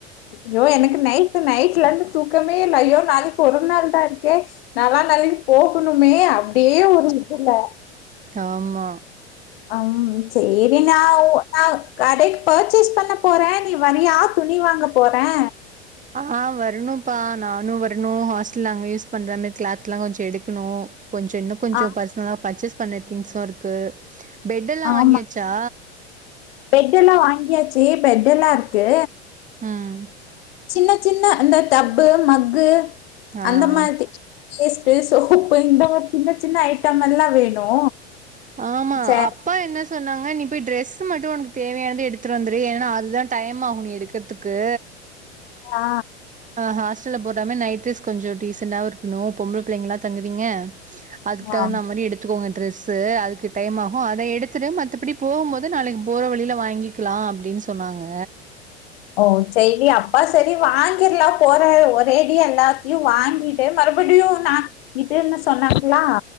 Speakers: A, on the left; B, on the right.
A: ஐய்யோ எனக்கு நைட் நைட்ல இருந்து தூக்கமே இல்ல ஐய்யோ நாளிக்கி ஒரு நாள் தா இருக்கே நால்லா நைட்டு போகணுமே அப்டியே ஒரு இதுல
B: ஆமா
A: ஆ சேரி நா ஒரு நா கடைக் பர்ச்சேஸ் பண்ண போறே நீ வரியா துணி வாங்க போறே
B: ஆ வரணும்ப்பா நானு வரணு ஹாஸ்டல்ல அங்க யூஸ் பண்ற மாரி கிளாத்லா கொஞ்சோ எடுக்கணு கொஞ்சோ இன்னு கொஞ்சோ
A: ஆ
B: பர்சனலா பர்ச்சேஸ் பண்ண திங்ஸ்சு இருக்கு பெட் எல்லா
A: ஆமா
B: வாங்கியாச்சா
A: பெட் எல்லா வாங்கியாச்சு பெட் எல்லா இருக்கு
B: ம்
A: சின்ன சின்ன அந்த டப்பு மக்கு
B: ஆ
A: அந்த மாரி பேஸ்ட்டு சோப்பு இந்த மாரி சின்ன சின்ன ஐட்டம் எல்லா வேணு
B: ஆமா
A: சேரி
B: அப் ப்பா என்ன சொன்னாங்க நீ போய் ட்ரெஸ்ஸு மட்டு ஒனக்கு தேவையானது எடுத்துட்டு வந்துரு ஏனா அது தா டைம் ஆகு நீ எடுக்கற்த்துக் கு
A: ஆ
B: அ ஹாஸ்டல்ல போட்ற மார் நைட் டிரெஸ் கொஞ்ச டீசெண்டாவு இருக்கணு பொம்பள பிள்ளைங்கலா தங்குதீங்க அதுக்கு தகுந்த
A: ஆ
B: மாரி எடுத்துக்கோங்கன் டிரெஸ்ஸு அதுக்கு டைம் ஆகு அத எடுத்துரு மத்தபடி போகும் போது நாளைக்கு போற வழில வாங்கி க்லா அப்டின் சொன்னாங்க
A: ஓ செய்ரி அப்பா செரி வாங்கிற்லா போற ஒரேடியா எல்லாத்தையு வாங்கிட் ஏ மறுபடியு நா இதுன்னு சொன்னாங்களா